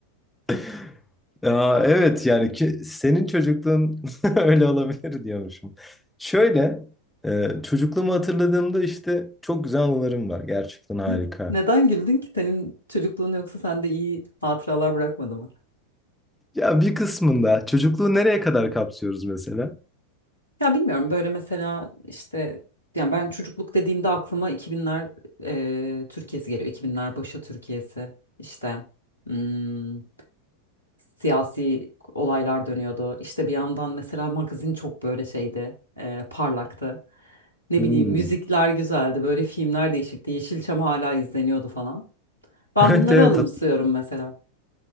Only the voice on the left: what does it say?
Hı, Neden güldün ki? Senin çocukluğun yoksa sende iyi hatıralar bırakmadı mı?
Ya bilmiyorum böyle mesela işte yani ben çocukluk dediğimde aklıma 2000'ler e, Türkiye'si geliyor. 2000'ler başı Türkiye'si işte. hmm, siyasi olaylar dönüyordu. İşte bir yandan mesela magazin çok böyle şeydi, e, parlaktı. Ne
bileyim müzikler
güzeldi, böyle filmler değişikti. Yeşilçam hala izleniyordu falan. Ben
bunları
anımsıyorum
mesela.